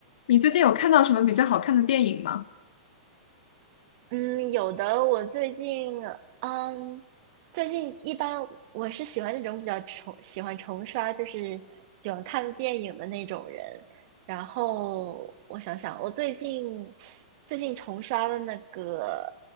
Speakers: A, on the left; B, on the right.
A: 你最近有看到什么比较好看的电影吗？
B: 嗯，有的。我最近，嗯，最近一般我是喜欢那种比较重，喜欢重刷，就是喜欢看电影的那种人。然后我想想，我最近最近重刷的那个，